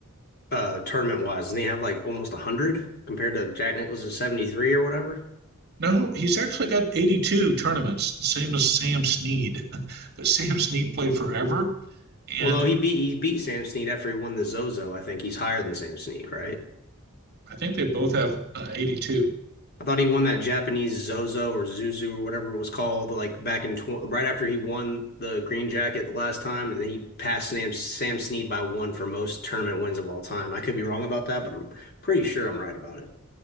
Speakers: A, on the left; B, on the right.
A: uh tournament wise? Doesn't he have like almost 100 compared to Jack Nicklaus's 73 or whatever?
B: No, he's actually got 82 tournaments, the same as Sam Snead. <laughs> But Sam Snead played forever, and
A: Well, no, he beat he beat Sam Snead after he won the Zozo. I think he's higher than Sam Snead, right?
B: I think they both have uh, 82.
A: I thought he won that Japanese Zozo or Zuzu or whatever it was called, like back in tw right after he won the green jacket the last time, and then he passed Sam Sam Snead by one for most tournament wins of all time. I could be wrong about that, but I'm pretty sure I'm right about it.